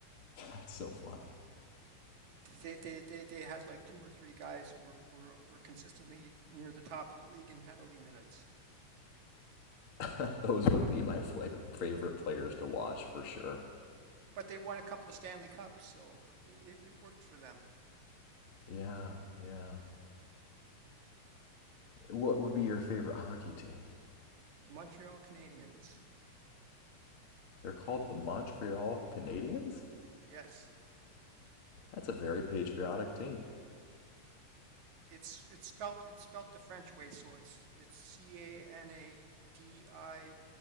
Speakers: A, on the left; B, on the right.
A: <laughs> That's so funny.
B: They, they, they, they had like two or three guys who were, who were, who were consistently near the top of the league in penalty minutes.
A: <laughs> Those would be my favorite players to watch for sure.
B: But they won a couple of Stanley Cups, so it, it worked for them.
A: Yeah, yeah. What would be your favorite hockey team?
B: The Montreal Canadiens.
A: They're called the Montreal Canadiens?
B: Yes,
A: That's a very patriotic team.
B: it's it's spelt it's spelt the French way, so it's it's C A N A D I